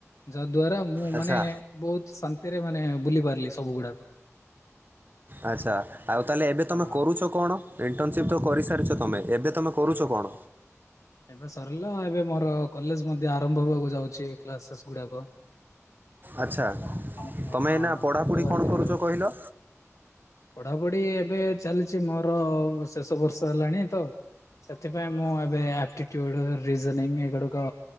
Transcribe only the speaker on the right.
ଆଚ୍ଛା
ଆଚ୍ଛା ଆଉ ତାହେଲେ ଏବେ
ତମେ କରୁଛ। କଣ ଇଣ୍ଟର୍ନସିପ୍ ତ କରିସାରିଛ ତମେ ଏବେ ତମେ କରୁଛ କଣ?
ଆଚ୍ଛା
ତମେ ଏଇନା ପଢ଼ାପଢ଼ି
କଣ
କରୁଛ କହିଲ?